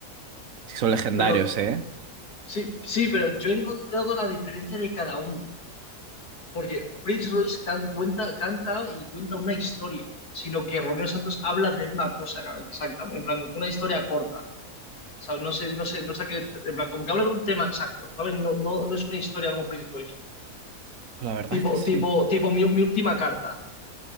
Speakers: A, on the right (about 65°); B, on the left (about 85°).
A: Sí, Son legendarios,
B: Pero
A: ¿eh?
B: Sí, sí, pero yo he encontrado la diferencia de cada uno, porque Prince Royce can- cuenta, canta y cuenta una historia, sino que Romeo Santos habla de una cosa exactamente, en plan, una historia corta, ¿sabes? No sé, no sé, no sé qué, en plan, como que habla de un tema exacto, ¿sabes? No, no, no es una historia como Prince Royce,
A: La verdad
B: tipo,
A: es que sí.
B: tipo, tipo mi, mi última carta,